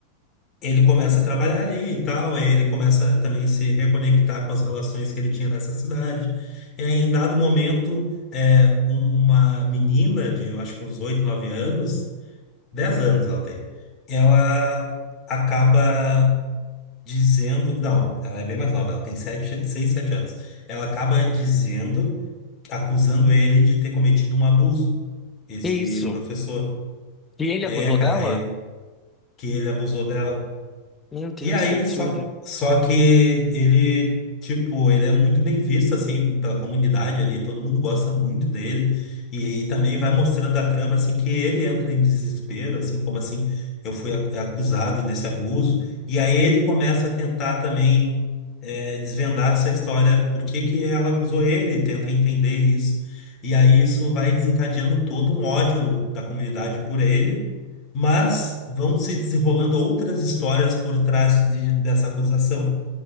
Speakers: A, on the left; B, on the left.
A: ele começa a trabalhar ali e tal, aí ele começa também a se reconectar com as relações que ele tinha nessa cidade. E aí, em dado momento, é, uma menina de, eu acho que uns 8, 9 anos, 10 anos ela tem, ela acaba dizendo, não, ela é bem mais nova, ela tem 7, 6, 7 anos. Ela acaba dizendo, acusando ele de ter cometido um abuso, esse
B: Que isso?
A: professor.
B: E ele
A: É,
B: abusou dela?
A: cara, é que ele abusou dela.
B: Meu Deus,
A: E aí,
B: que absurdo.
A: só, só que ele, tipo, ele é muito bem visto, assim, pela comunidade ali, todo mundo gosta muito dele. E, também vai mostrando a trama, assim, que ele entra em desespero, assim, como assim, eu fui ac- acusado desse abuso. E aí ele começa a tentar também eh, desvendar essa história, por que que ela acusou ele, tenta entender isso. E aí isso vai desencadeando todo um ódio da comunidade por ele. Mas vão se desenrolando outras histórias por trás de- dessa acusação.